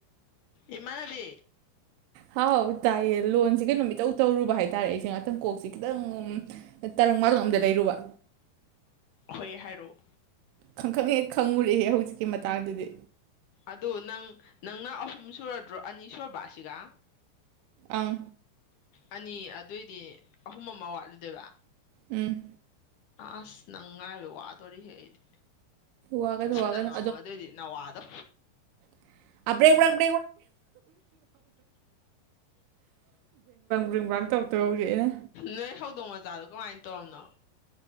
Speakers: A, on the left; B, on the right.
A: ꯏꯃꯥꯅꯕꯤ
B: ꯍꯥꯎ ꯇꯥꯏꯌꯦ ꯂꯣꯟꯁꯤ ꯀꯩꯅꯣꯝ ꯏꯇꯧ ꯇꯧꯔꯨꯕ ꯍꯥꯏꯇꯥꯔꯦ ꯑꯩꯁꯦ ꯉꯥꯛꯇꯪ ꯀꯣꯛꯁꯦ ꯈꯤꯇꯪ ꯇꯔꯡ ꯃꯥꯂꯪ ꯑꯝꯗ ꯂꯩꯔꯨꯕ
A: ꯍꯣꯏ ꯍꯥꯏꯔꯣꯛ
B: ꯈꯪ ꯈꯪꯍꯦꯛ ꯈꯪꯉꯨꯔꯍꯦ ꯍꯧꯖꯤꯛꯀꯤ ꯃꯇꯥꯡꯗꯨꯗꯤ
A: ꯑꯗꯨ ꯅꯪ ꯅꯪꯅ ꯑꯍꯨꯝ ꯁꯨꯔꯗ꯭ꯔꯣ ꯑꯅꯤ ꯁꯨꯔꯕ ꯁꯤꯒ
B: ꯑꯪ
A: ꯑꯅꯤ ꯑꯗꯨꯏꯗꯤ ꯑꯍꯨꯝ ꯑꯃ ꯋꯥꯠꯂꯤꯗꯣꯏꯕ
B: ꯎꯨꯝ
A: ꯑꯁ ꯅꯪ ꯉꯥꯏꯕ ꯋꯥꯗꯣꯔꯤꯍꯦ ꯑꯩꯗꯤ
B: ꯋꯥꯒꯅꯨ
A: ꯁꯠ
B: ꯋꯥꯒꯅꯨ
A: ꯁꯠ ꯉꯥꯡꯉꯣ ꯑꯗꯨꯑꯣꯏꯗꯤ ꯅꯋꯥꯗꯣ
B: <unintelligible> ꯕ꯭꯭ꯔꯦꯡ ꯕ꯭ꯔꯥꯡ ꯕ꯭ꯦꯡ ꯕ꯭ꯔꯥꯡ ꯇꯧꯔꯛꯇꯒ ꯍꯧꯖꯤꯛ ꯑꯩꯅꯥ
A: ꯅꯣꯏ ꯍꯧꯗꯣꯡ ꯃꯆꯥꯗꯣ ꯀꯃꯥꯏꯅ ꯇꯧꯔꯝꯅꯣ